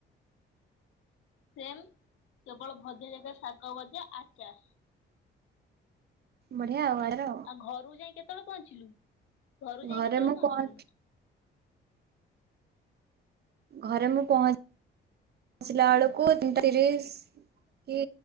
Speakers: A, on the left; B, on the right.
A: ସେମ୍ କେବଳ ଭଜା ଜାଗାରେ ସାଗ ଭଜା ଆଚାର।
B: ବଢିଆ
A: ଆଉ
B: ଆର
A: ଘରୁକୁ ଯାଇ କେତେବେଳେ ପହଞ୍ଚିଲୁ? ଘରୁ
B: ଘରେ
A: ଯାଇ କେତେବେଳେ
B: ମୁଁ
A: ପହଞ୍ଚିଲୁ?
B: ପହଞ୍ଚ ଘରେ ମୁଁ ପହଞ୍ଚି ପଚିଲା ବେଳକୁ ତିନଟା ତିରିଶ କି